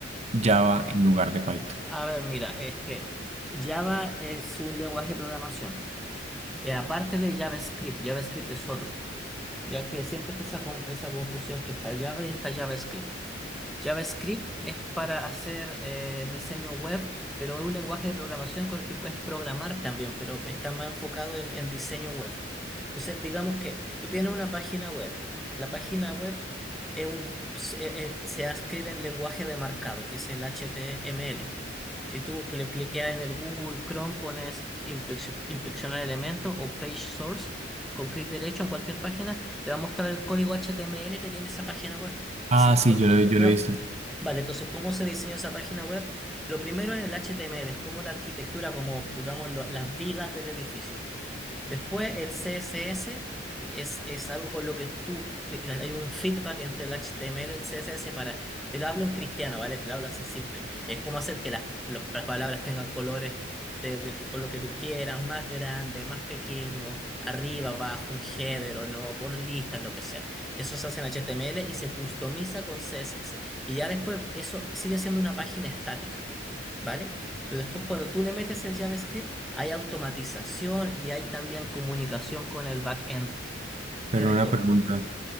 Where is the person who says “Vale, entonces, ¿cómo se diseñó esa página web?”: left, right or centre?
Centre